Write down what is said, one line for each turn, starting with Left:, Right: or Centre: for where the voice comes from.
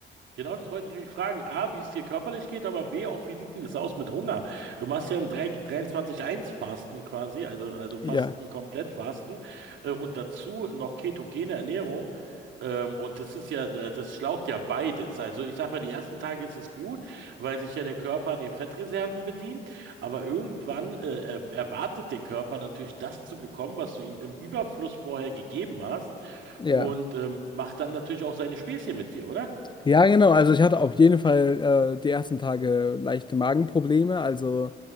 Right: Genau, das wollte ich mich fragen. A, wie es dir körperlich geht, aber B, auch wie sieht denn das aus mit Hunger? Du machst ja ein 3 23-1-Fasten quasi, also, also Fasten,
Left: Ja,
Right: Komplettfasten äh, und dazu noch ketogene Ernährung. Ähm, und das ist ja, äh, das schlaucht ja beides. Also ich sag mal, die ersten Tage ist es gut, weil sich ja der Körper an den Fettreserven bedient, aber irgendwann äh, er- erwartet der Körper natürlich das zu bekommen, was du ihm im Überfluss vorher gegeben hast
Left: ja.
Right: und ähm, macht dann natürlich auch seine Späßchen mit dir, oder?
Left: Ja, genau. Also ich hatte auf jeden Fall äh, die ersten Tage leichte Magenprobleme. Also